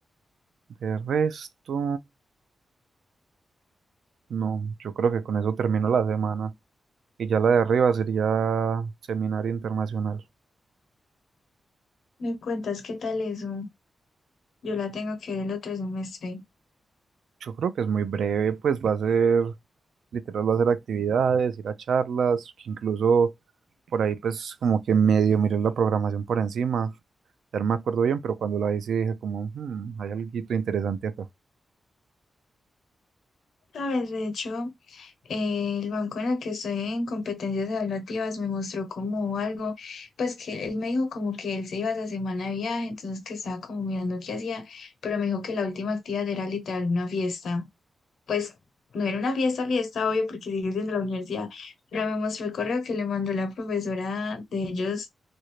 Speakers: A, on the right; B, on the left.
A: de resto, no, yo creo que con eso termino la semana. Y ya la de arriba sería seminario internacional.
B: ¿me cuentas qué tal eso? Yo la tengo que ver el otro semestre.
A: Yo creo que es muy breve, pues va a ser, literal, va a ser actividades, ir a charlas, que incluso por ahí pues como que medio miré la programación por encima. Ya no me acuerdo bien, pero cuando la hice dije como, "Hmm, hay algo interesante acá.
B: Sabes, de hecho, eh, el banco en el que estoy en competencias evaluativas me mostró como algo, pues que él me dijo como que él se iba esa semana de viaje, entonces que estaba como mirando qué hacía, pero me dijo que la última actividad era literal una fiesta. pues no era una fiesta, fiesta, obvio, porque sigue siendo la universidad, pero me mostró el correo que le mandó la profesora de ellos